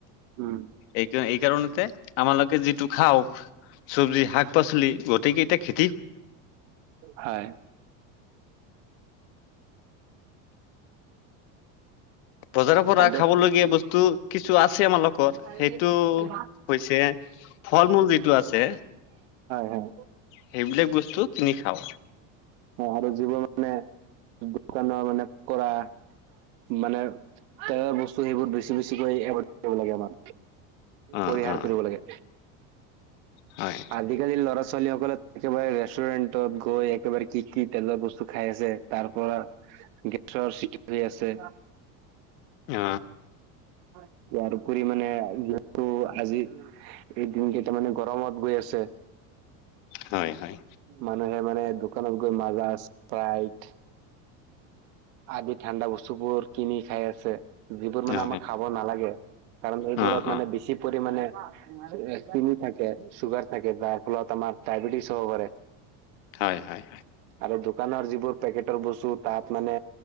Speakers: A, on the right; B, on the left.
A: উম
B: এই এই কাৰণতে আমালোকে যিটো খাওঁ চব্জি শাক- পাচলি গোটেকেইতিয়া খে
A: হয়,
B: বজাৰৰ পৰা
A: খাদ্যত
B: খাবলগীয়া বস্তু কিছু আছে আমালোকৰ
A: <unintelligible> হয়,
B: সেইটো হৈছে ফল মূল যিটো আছে
A: হয়,
B: সেইবিলাক বস্তু কিনি খাওঁ
A: অ', আৰু যিবোৰ মানে দোকানৰ মানে কৰা মানে তেলৰ বস্তু সেইবোৰ বেছি বেছিকৈ লাগে আমাৰ
B: অ
A: পৰিহাৰ
B: অ
A: কৰিব লাগে।
B: হয়
A: আজিকালি লৰা ল'ৰা ছোৱালীসকলে একেবাৰে ৰেষ্টুৰেণ্টত গৈ একেবাৰে কি কি তেলৰ বস্তু খাই আছে তাৰ পৰা গেছৰ <unintelligible> আছে।
B: অ
A: ইয়াৰ উপৰি মানে যিহেতু আজি এদিন কেইটা মানে গৰমত গৈ আছে।
B: হয় হয়
A: মানুহে মানে দোকানত গৈ মাজা স্প্ৰাইট আদি ঠাণ্ডা বস্তুবোৰ কিনি খাই আছে। যিবোৰ মানে
B: অ
A: আমাক খাব নালাগে কাৰণ এইবোৰত
B: অ
A: মানে
B: অ
A: বেছি পৰি মাণে চিনি থাকে চুগাৰ থাকে যাৰ ফলত আমাৰ ডায়বেটিছ হব পাৰে।
B: হয় হয়
A: আৰু দোকানৰ যিবোৰ পেকেটৰ বস্তুত তাত মানে